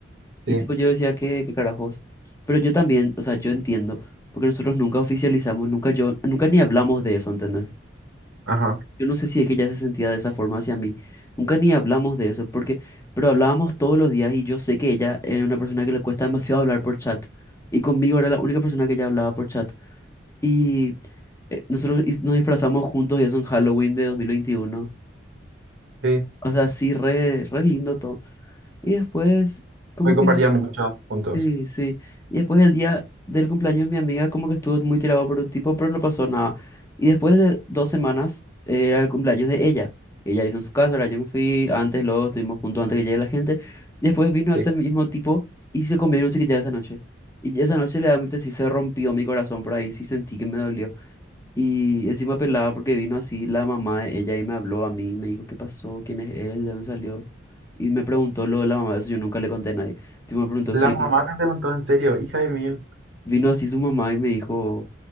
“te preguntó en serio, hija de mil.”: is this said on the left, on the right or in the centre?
Right